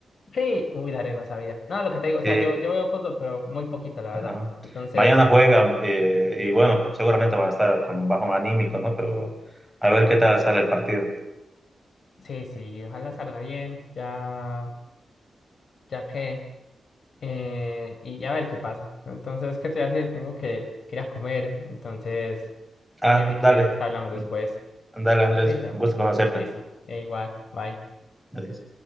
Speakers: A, on the left; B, in the centre.
A: sí, uy, dale, no sabía. No, lo que te digo, o
B: Sí,
A: sea, yo, yo veo fútbol, pero muy poquito, la
B: ajá.
A: verdad. Entonces,
B: Mañana juegan eh, y bueno, seguramente van a estar con un bajón anímico, ¿no? Pero a ver qué tal sale el partido.
A: sí, sí, ojalá salga bien, ya, ya que... eh, y a ver qué pasa. Entonces, ¿qué te voy a decir? Tengo que ir a comer. Entonces, más
B: Ah,
A: bien si quieres,
B: dale,
A: hablamos después.
B: Mm, dale Andrés,
A: Listo,
B: un gusto conocerte.
A: listo. E igual, bye.
B: Adiós.